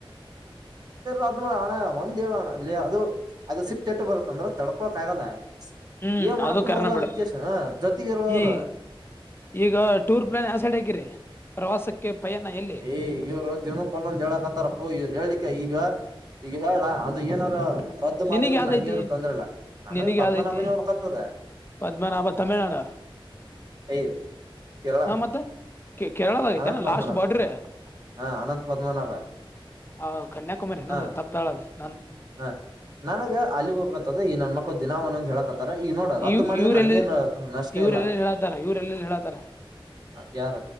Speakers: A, on the right; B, on the left.
A: ಅದ್ಮಳ ಅಣ್ಣ ಒಂದ್ ಹೇಳ ಅಣ್ಣ ಅಲ್ಲಿ ಅದು ಅದು ಸಿಟ್ಟು ಎಸ್ಟ್ ಬರುತ್ತಂದ್ರ ತಡ್ಕೊಳಕ್ ಆಗಲ್ಲ.
B: ಹ್ಮ್
A: ಏ ಮಾಡಕು
B: ಅದು ಖರನ
A: ಬರಲ್ಲ
B: ಬಿಡ
A: ಅಂಡಕೇಶಿ ಜೊತೆಗ ಇರಾವ್ರ
B: ಈ ಈಗ ಟೂರ್ ಪ್ಲಾನ್ ಯಾವ ಸೈಡ್ ಹಾಕಿರಿ ಪ್ರವಾಸಕ್ಕೆ ಪಯಣ ಎಲ್ಲಿ
A: ಏ ಇವ್ರು ದಿನಕೊನ್ನೊಂದ್ ಹೇಳಕತ್ತಾರಪ್ಪೋ ಇವ್ ಹೇಳಳ್ಲಿಕ ಈಗ ಈಗ ಹೇಳ್ಯಾ ಅದು ಏನಾರ ರದ್ದು ಮಾಡಿದ್ರು
B: ನಿನಗ್ ಯಾವ್ದೈತಿ
A: ನನ್ಗೇನು ತೊಂದರೆ ಇಲ್ಲ ನನಗೆ
B: ನಿನಗ್
A: ಪದ್ಮನಾಬಿನಿ
B: ಯಾವ್ದೈತಿ
A: ಹೋಗಬೇಕ ಅಂತ ಆದ.
B: ಪದ್ಮನಾಭ ತಮಿಳ್ನಾಡ
A: ಏಯ್ ಕೇರಳ
B: ಹಾ ಮತ್ತ ಕೇರಳದಾಗ ಐತೆ
A: ಅನಂತ್
B: ಎನ
A: ಪದ್ಮನಾಭ
B: ಲಾಸ್ಟ್ ಬಾರ್ಡರ್
A: ಹಾ ಅನಂತ್ ಪದ್ಮನಾಭ
B: ಹ ಕನ್ಯಾಕುಮಾರಿ ಏನ
A: ಹಾ
B: ಅದ ತಪ್ಪಿತಆಲ್ -
A: ಹಾ ನನಗ ಅಲ್ಲಿ ಹೋಗಬೇಕತ್ತದ ಈ ನನ್ ಮಕ್ಳ ದಿನಾ ಒಂದ ಒಂದ ಹೇಳಕತ್ತ ತರ ಈಗ ನೋಡ ರದ್ದು
B: ಇವ್
A: ಮಾಡಿದ್ರೆ
B: ಇವ್ರೆಲ್ಲ
A: ನನ್ಗೆನ ನಷ್ಟ
B: ಇವ್ರೆಲ್ಲ
A: ಇಲ್ಲ.
B: ಹೇಳತಾರ ಇವ್ರೆಲ್ಲ ಹೇಳತಾರ
A: ಮತ್ತಯಾರ